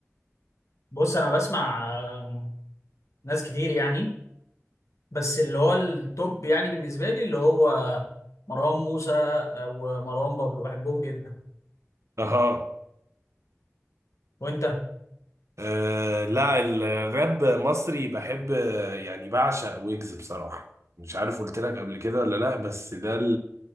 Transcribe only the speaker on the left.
بص انا بسمع آه، ناس كتير يعني بس اللي هو التوب يعني بالنسبه لي اللي هو مروان موسى آه، ومروان بابلو بحبهم جدا
وانت